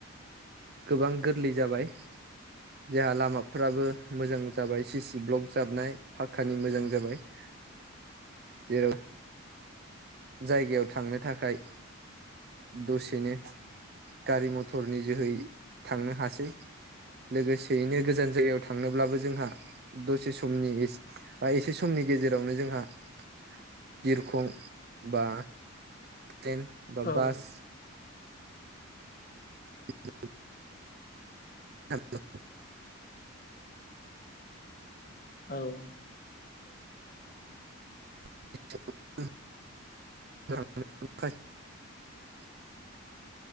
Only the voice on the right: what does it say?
गोबां गोरलै जाबाय । जोंहा लामाफ्राबो मोजां जाबाय सिसि ब्लक जाबनाय पाखकानि मोजां जाबाय ।
जेराव जायगायाव थांनो थाखाय- दसेनो, गारि--मथरनि जोहै थांनो हासै । लोगोसेयैनो गोजान जायगायाव थांनोब्लाबो जोंहा, दसे समनि गे- ओ एसे समनि गेजेरावनो जोंहा- बिरखं बा, ट्रेन बा,
बास- द <inaudible> औ <inaudible>
<unintelligible> <inaudible>